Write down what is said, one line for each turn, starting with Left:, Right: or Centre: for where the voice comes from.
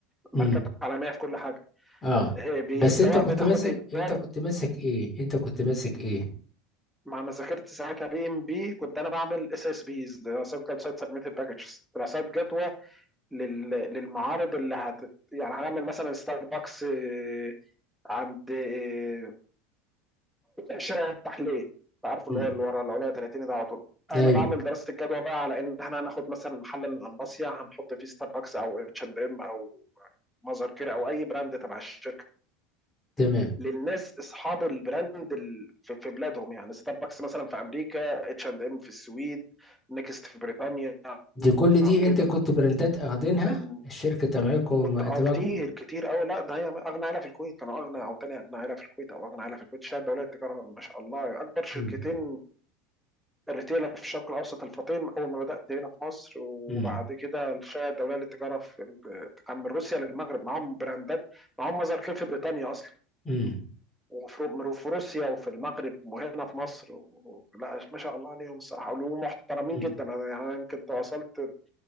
Centre: ماركات
Left: امم
Centre: عالميه في كل حاجه
Left: اه
Centre: إيه، بي-
Left: بس
Centre: سواء
Left: انت كنت
Centre: بتاخد
Left: ماسك
Centre: ايجار
Left: انت
Centre: آه،
Left: كنت ماسك ايه انت كنت ماسك ايه
Centre: ما انا ذاكرت ساعتها بي ام بي كنت انا بعمل اس اس بيز دراسات جدوى سايت سبميتد باكجز دراسات جدوى لل... للمعارض اللي هت يعني هنعمل مثلا ستاربكس آه، عند آه، شارع التحليه انت عارف اللي
Left: امم
Centre: هو اللي ورا العليا 30 ده على طول انا
Left: ايوه
Centre: بعمل دراسه الجدوى بقى على ان احنا هناخد مثلا محل القنباصيه هنحط فيه ستاربكس او اتش اند ام او مازر كير او اي براند تبع الشركه
Left: تمام
Centre: للناس اصحاب البراند ال- في في بلادهم يعني ستاربكس مثلا في امريكا اتش اند ام في السويد نيكست في بريطانيا
Left: دي كل دي
Centre: كده
Left: انت كنت براندات اخدينها
Centre: من
Left: الشركة تبعكم
Centre: كنت اه
Left: تبعكم
Centre: كتير كتير قوي لا ده هي اغنى عيله في الكويت كانوا اغنى او تاني اغنى عيله في الكويت او اغنى عيله في الكويت شهادة دولية التجاره ما شاء الله اكبر شركتين
Left: مم.
Centre: الريتيل في الشرق الاوسط الفطيم اول ما بدات هنا في مصر وبعد
Left: مم.
Centre: كده الشهادة الدولية للتجاره في ال- كان من روسيا للمغرب معاهم براندات معاهم مظهر خير في بريطانيا اصلا
Left: مم.
Centre: وفي رو- وفي روسيا وفي المغرب وهنا في مصر و... لا ما شاء الله عليهم الصراحه ومحترمين
Left: مم.
Centre: جدا انا يعني انا يمكن تواصلت